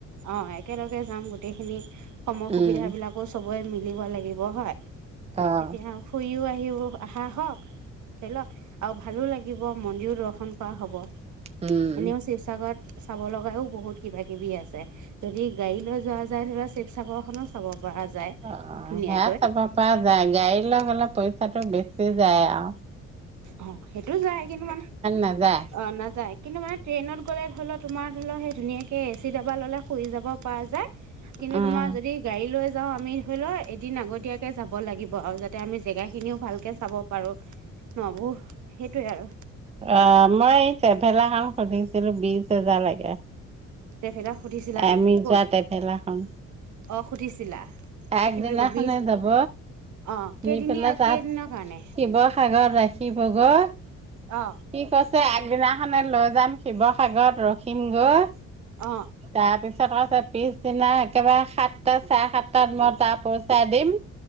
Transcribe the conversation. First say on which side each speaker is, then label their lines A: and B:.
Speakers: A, on the right; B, on the right.
A: অ একেলগে যাম গোটেইখিনি সমৰ সুবিধা
B: উম
A: বিলাকো চব মিলিব লাগিব ব হয় <inaudible>
B: অ',
A: তেতিয়া শুইও আ সবোৰ আহা হওক, ধৰি লওক আৰু ভালো লাগিব মন্দিৰো দৰ্শন কৰা হব।
B: উম,
A: এনেও ছিবছাগৰত চাব লগাও বহুত কিবা কিবি আছে। যদি গাড়ী লৈ যোৱা যায়, ধৰি লোৱা শিৱসাগৰ খনো চাব ৰা যায়
B: অ',
A: ধুনীয়া
B: সেয়া চাব পৰা যায় গাড়ী লৈ গ'লে পইচাটো বেছি যায় আও
A: অ', সেইটো যায় কিন্তু মানে,
B: নাযায়,
A: অ', নাযায়। কিন্তু মানে ট্ৰেইনত গ'লে ধৰি লওঁ তোমাৰ ধৰি ল সেই ধুনীয়াকে এ চি ডাবা ল'লে শুই যাব পৰা যায় কিন্তু
B: উম।
A: তোমাৰ যদি গাড়ী লৈ যাওঁ আমি ধৰি লোৱা এদিন আগতীয়াকে যাব লাগিব আৰু যাতে আমি জেগা খিনিও ভালকে চাব পাৰো। নবো সেইটোৱে আৰু
B: অ', মই এই ট্ৰেভেলাখন সুধিছিলো বিচ হেজাৰ লাগে।
A: ট্ৰেভেলাক সুধিছিলা নেকি
B: আমি
A: ক'ত
B: যোৱা ট্ৰেভেলাখন
A: অ সুধিছিলা
B: আগদিনাখনে
A: কি বুলি কয় বিশ
B: যাব
A: অ কেইদিনীয়া
B: নি পেলাই তাত
A: কেইদিনৰ কাৰণে
B: শিৱসাগৰ ৰাখিবগৈ
A: অ
B: সি কৈছে আগদিনা খনে লৈ যাম শিৱসাগৰত ৰখিম গৈ
A: অ
B: তাৰপিছত কৈ পিছদিনা একেবাৰে সাতটা, চাৰে সাতটাত মই তা পচাই দিম